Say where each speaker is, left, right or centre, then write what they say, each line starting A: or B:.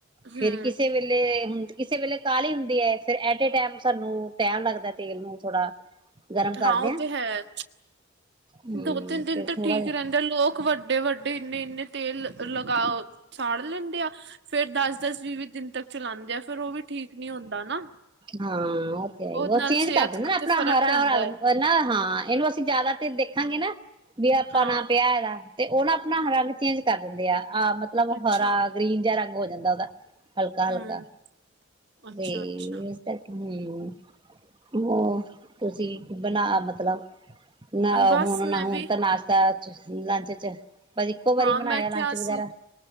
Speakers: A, on the right; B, on the right.
A: ਹੂੰ,
B: ਫੇਰ ਕਿਸੇ ਵੇਲੇ ਹੁਣ- ਕਿਸੇ ਵੇਲੇ ਕਾਹਲੀ ਹੁੰਦੀ ਹੈ ਫਿਰ ਐਟ ਏ ਟਾਈਮ ਸਾਨੂੰ ਟੈਮ ਲੱਗਦਾ ਤੇਲ ਨੂੰ ਥੋੜਾ ਗਰਮ ਕਰਦੇ
A: ਹਾਂ ਉਹ ਤੇ ਹੈ।
B: ਹੂੰ
A: ਦੋ ਤਿੰਨ ਦਿਨ
B: ਫਿਰ
A: ਤਾਂ
B: ਥੋੜਾ
A: ਠੀਕ
B: ਜਿਹਾ
A: ਰਹਿੰਦੇ ਲੋਕ ਵੱਡੇ-ਵੱਡੇ ਇੰਨੇ-ਇੰਨੇ ਤੇਲ ਲਗਾ ਸਾੜ ਲੈਂਦੇ ਆ ਫੇਰ ਦਸ-ਦਸ ਵੀਹ-ਵੀਹ ਦਿਨ ਤੱਕ ਚਲਾਦੇ ਆ ਫੇਰ ਉਹ ਵੀ ਠੀਕ ਨੀ ਹੁੰਦਾ ਨਾ।
B: ਹਾਂ ਉਹ ਤੇ ਹੈ
A: ਉਹਦੇ
B: ਉਹ
A: ਨਾਲ
B: ਚੇਂਜ
A: ਸਿਹਤ
B: ਕਰ ਦਿੰਦੇ ਨਾ ਆਪਣਾ
A: ਤੇ ਫ਼ਰਕ
B: ਹਰਾ-ਹਰਾ
A: ਪੈਂਦਾ ਏ,
B: ਨਾ ਹਾਂ ਇਹਨੂੰ ਅਸੀਂ ਜ਼ਿਆਦਾ ਤੇ ਦੇ ਹਾਂਜੀ ਨਾ- ਵੀ ਆਪਾਂ
A: ਹਾਂ,
B: ਨਾ ਪਿਆ ਇਹਦਾ ਤੇ ਉਹ ਨਾ ਆਪਣਾ ਰੰਗ ਚੇਂਜ ਕਰ ਦਿੰਦੇ ਆ। ਆਹ ਮਤਲਬ
A: ਅੱਛਾ।
B: ਹਰਾ ਗ੍ਰੀਨ ਜਿਹਾ ਰੰਗ ਹੋ ਜਾਂਦਾ ਉਹਦਾ ਹਲਕਾ-ਹਲਕਾ
A: ਹੂੰ, ਅੱਛਾ-ਅੱਛਾ,
B: ਤੇ ਏਸ ਕਰਕੇ ਹੂੰ ਹੂੰ ਤੁਸੀਂ ਬਣਾ ਮਤਲਬ ਨਾ
A: ਬਸ
B: ਹੁਣ ਨਾ
A: ਮੈਂ
B: ਹੁਣ
A: ਵੀ
B: ਤਾਂ ਨਾਸ਼ਤਾ- ਲੰਚ ਚ- ਬਸ ਇੱਕੋ ਵਾਰੀ
A: ਹਾਂ
B: ਬਣਾਇਆ
A: ਮੈਂ
B: ਲੰਚ
A: ਕਿਹਾ
B: ਵਗੈਰਾ।
A: ਸੀ